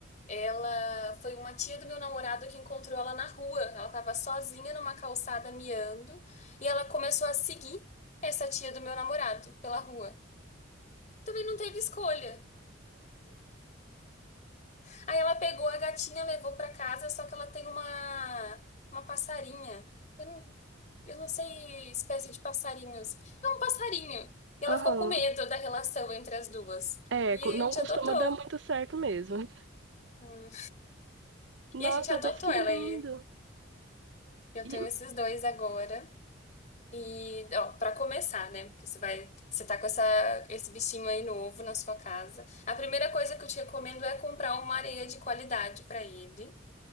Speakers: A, on the left; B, on the right.
A: ela foi uma tia do meu namorado que encontrou ela na rua. Ela estava sozinha numa calçada miando e ela começou a seguir essa tia do meu namorado pela rua. Também não teve escolha. <laughs> Aí ela pegou a gatinha, levou para casa, só que ela tem uma uma passarinha. Eu não, eu não sei espécie de passarinhos. É um passarinho. E ela
B: Aham.
A: ficou com medo da relação entre as duas.
B: É,
A: E
B: co-
A: aí
B: não
A: a gente
B: costuma
A: adotou.
B: dar muito certo mesmo.
A: Hum.
B: Nossa,
A: E a gente adotou
B: mas que
A: ela
B: lindo.
A: e eu
B: E
A: tenho esses dois agora. E, ó, para começar, né? Porque você vai, você tá com essa, esse bichinho aí novo na sua casa. A primeira coisa que eu te recomendo é comprar uma areia de qualidade para ele.